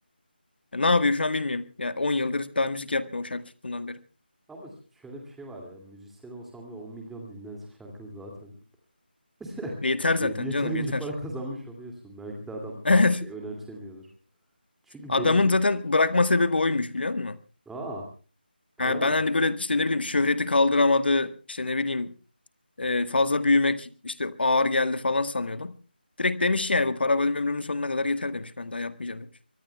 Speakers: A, on the left; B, in the centre.
A: Ya ne yapıyor şu an bilmiyorum. Ya 10 yıldır daha müzik yapmıyor o şarkı tuttuğundan beri.
B: Ama şöyle bir şey var ya. Müzisyen olsam ve 10 milyon dinlense şarkını zaten. <laughs>
A: E yeter zaten
B: Ye- Yeterince
A: canım yeter.
B: para kazanmış oluyorsun. Belki de adam
A: <laughs>
B: artık önemsemiyordur.
A: Evet.
B: Çünkü
A: Adamın
B: belli bir...
A: zaten bırakma sebebi oymuş biliyor musun?
B: Aa, para
A: Ha,
B: mıymış?
A: ben hani böyle işte ne bileyim şöhreti kaldıramadı. işte ne bileyim e, fazla büyümek işte ağır geldi falan sanıyordum. Direkt demiş yani bu para benim ömrümün sonuna kadar yeter demiş. Ben daha yapmayacağım demiş.